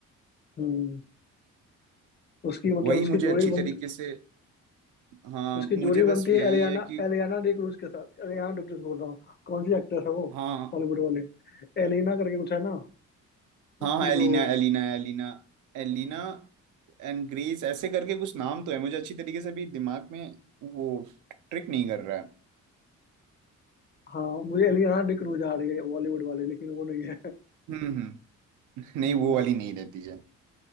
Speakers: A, on the left; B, on the right.
A: हम्म उसकी मतलब
B: वही
A: उसकी
B: मुझे
A: जोड़ी
B: अच्छी
A: बन
B: तरीके से हाँ
A: उसकी
B: मुझे
A: जोड़ी
B: बस
A: बनती
B: यही
A: है एलियाना
B: है कि
A: एलियाना डी क्रूज के साथ एलियाना डी क्रूज बोल रहा हूँ कौन सी एक्ट्रेस है वो
B: हाँ
A: बॉलीवुड वाले एलिना करके कुछ है ना
B: हाँ
A: उसकी
B: हाँ Elina
A: जो
B: Elina Elina Elina and Grace ऐसे करके कुछ नाम तो है मुझे अच्छी तरीके से भी दिमाग में वो ट्रिक नहीं कर रहा है
A: हाँ मुझे एलियाना डी क्रूज आ रही है बॉलीवुड वाले लेकिन वो नहीं है
B: हम्म हम्म <laughs> नहीं
A: हम्म,
B: वो वाली नहीं रहती है